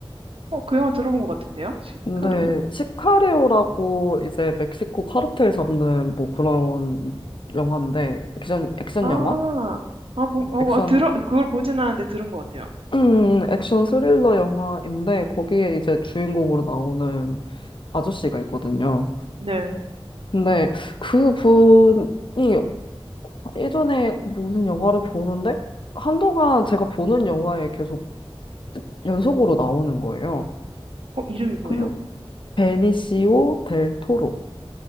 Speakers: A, on the right; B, on the left.
A: 어, 그 영화 들어본 것 같은데요? 시카리오?
B: 네, 시카리오라고 이제 멕시코 카르텔 잡는 뭐 그런 영화인데, 액션, 액션
A: 아,
B: 영화?
A: 아, 보, 어,
B: 액션,
A: 아, 들어, 그걸 보진 않았는데 들은 것 같아요.
B: 음, 액션 스릴러 영화인데, 거기에 이제 주인공으로 나오는 아저씨가 있거든요.
A: 네.
B: 근데 그 분이 예전에 무슨 영화를 보는데, 한동안 제가 보는 영화에 계속 연속으로 나오는 거예요.
A: 어, 이름이 뭐예요?
B: 그 베니시오 델 토로.